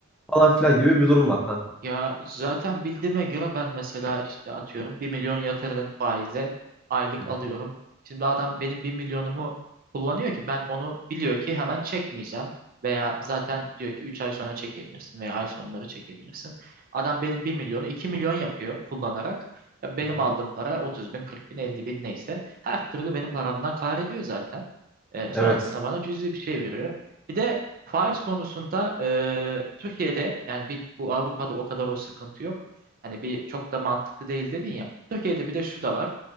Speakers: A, in the centre; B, on the right.
A: falan filan gibi bir durum var kanka.
B: Ya zaten bildiğime göre ben mesela işte atıyorum bir milyon yatırdım faize aylık
A: Hı
B: alıyorum. Şimdi adam benim bir milyonumu kullanıyor ki ben onu biliyor ki hemen çekmeyeceğim. Veya zaten diyor ki 3 ay sonra çekebilirsin veya ay sonları çekebilirsin. Adam benim bir milyonu 2 milyon yapıyor kullanarak. Ya Benim
A: hı.
B: aldığım para 30 bin 40 bin 50 bin neyse her türlü benim paramdan kar ediyor zaten. E,
A: Evet.
B: sonrasında bana cüzi bir şey veriyor. Bir de Faiz konusunda eee, Türkiye'de yani bir bu Avrupa'da o kadar o sıkıntı yok. Hani bir çok da mantıklı değil dedin ya. Türkiye'de bir de şu da var.